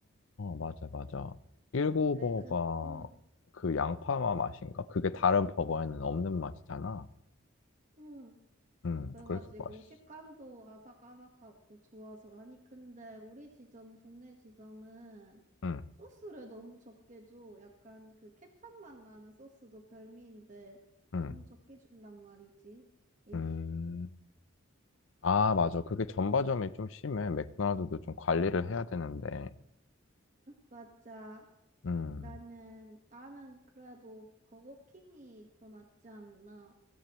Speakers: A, on the left (about 65°); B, on the right (about 35°).
A: 맞아, 맞아. 19버가
B: 에이, 근, 응,
A: 그 양파맛 맛인가? 그게 다른 버거에는 없는 맛이잖아.
B: 응.
A: 음,
B: 그래가지고
A: 그래서 맛있어.
B: 식감도 아삭아삭하고 좋아서. 아니, 근데 우리 지점, 동네 지점은
A: 음,
B: 소스를 너무 적게 줘. 약간 그 케첩 맛 나는 소스도 별미인데,
A: 음,
B: 너무 적게 준단 말이지. 에휴.
A: 음. 아, 맞아. 그게 전바점이 좀 심해. 맥도날드도 좀 관리를 해야 되는데.
B: 맞아.
A: 음,
B: 나는, 나는 그래도 버거킹이 더 낫지 않나.